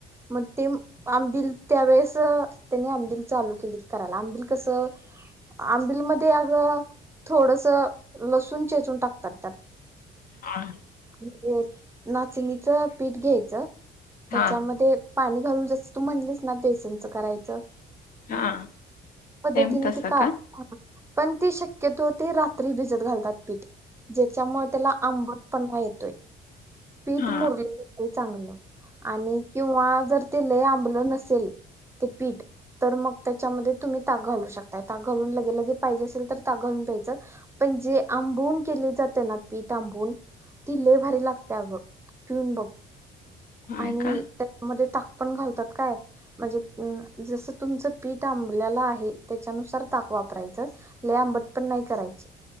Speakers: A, on the right; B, on the left.
A: मग ते आंबिल त्यावेेळेस त्यानी आंबिल चालू केली करायला, आंबिल कसं आंबिलमध्ये अग थोडस लसून चेचून टाकतात त्यात.
B: हा
A: म्हणजे नाचणीचं पीठ घ्यायचं त्याच्यामध्ये
B: हा.
A: पाणी घालून जास तू म्हणलीस ना बेसनचं करायचं
B: हा.
A: पद्धतीने
B: सेम तसं
A: ते का- पण ती शक्यतो ते रात्री भिजत घालतात पीठ. ज्याच्यामुळे त्याला आंबट- पना येतोय. पीठ
B: हा
A: मुरल की चांगलं, आणि किंवा जर ते लय आंबलं नसेल ते पीठ तर मग त्याच्यामध्ये तुम्ही ताक घालू शकताय. ताक घालून लगे लगे पाहिजे असेल तर ताक घालून प्यायचं. पण जे आंबून केले जाते ना पीठ आंबून ति लय भारी लागत् या आग, पिऊन बघ.
B: हाय
A: आणि,
B: का?
A: त्या मध्ये टा पण घालतात काय, म्हणजे अं जसं तुमच पीठ आंबल्याला आहे त्याच्यानुसार ताक वापरायचं. लय आंबट पण नाही करायचे.